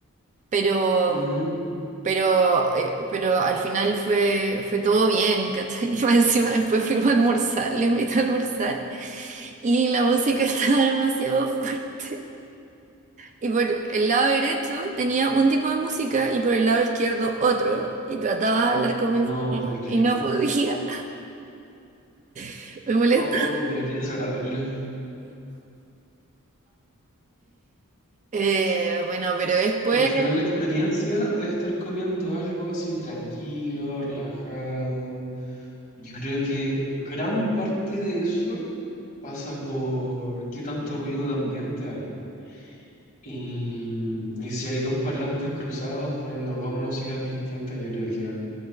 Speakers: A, on the right; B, on the left.
A: pero,
B: Ujú.
A: pero, eh, pero al final fue, fue todo bien, ¿cachai? <laughs> Y más encima después fuimos a almorzar, le invité a almorzar, y la música <laughs> estaba demasiado fuerte. Y por el lado derecho tenía un tipo de música y por el lado izquierdo otro, y trataba de hablar con mi
B: No
A: familia
B: te creo.
A: y no podía, <laughs> me molestaba.
B: Ay, pero qué desagradable.
A: Eh, bueno, pero después,
B: Al final la experiencia de estar comiendo algo así tranquilo, relajado, yo creo que gran parte de eso pasa por qué tanto ruido de ambiente hay. Y, y si hay dos parlantes cruzados poniendo dos músicas distintas, yo creo que a-